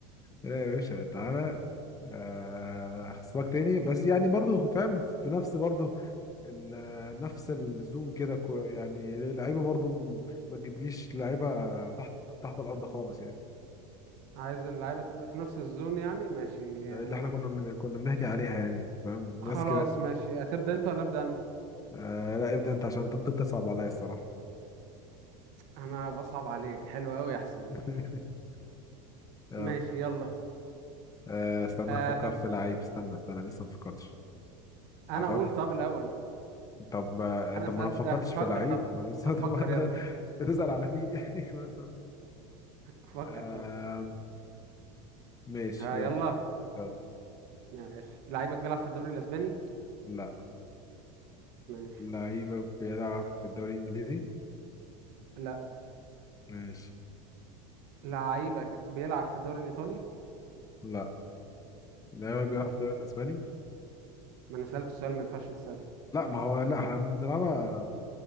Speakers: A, on the left (about 20°); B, on the right (about 65°).
A: لا يا باشا تعالى آه، اخصك تاني بس يعني برضو فاهم في نفس برضو ال- نفس الزوم كده كو- يعني لعيبه برضو م- ما تجيبليش لعيبه تحت تحت الارض خالص يعني
B: عايز اللعيبه تبقى في نفس الزون يعني ماشي آه،
A: اللي احنا كنا من... كنا بنحكي عليها يعني فاهم
B: خلاص
A: ناس كده
B: ماشي هتبدا انت ولا ابدا انا
A: آه لا ابدا انت عشان طب بتصعب عليا الصراحه
B: انا بصعب عليك حلو قوي يا حسين
A: <laughs> آه
B: ماشي يلا
A: آه، استنى
B: آه،
A: افكر في لعيب استنى استنى لسه ما فكرتش
B: انا
A: افكر
B: اقول طب الاول
A: طب آه،
B: انا
A: طب
B: اسال
A: ما انا ما فكرتش
B: آه، فكر
A: في لعيب
B: طب
A: <laughs> ما بس-
B: طب
A: طب
B: فكر
A: ده
B: يلا
A: بتسأل على مين يعني <laughs> مثلا
B: فكر
A: آه
B: طب
A: ماشي
B: ها
A: يلا
B: يلا
A: يلا
B: ماشي لعيبك بيلعب في الدوري الاسباني
A: لا
B: ماشي
A: لعيبك بيلعب في الدوري الانجليزي
B: لا
A: ماشي
B: لعيبك بيلعب في الدوري الإيطالي
A: لا لعيبك
B: مم.
A: بيلعب في الدوري الاسباني
B: ما انا سألته سؤال ما ينفعش تسأله
A: لا ما هو لا احنا بنلعبها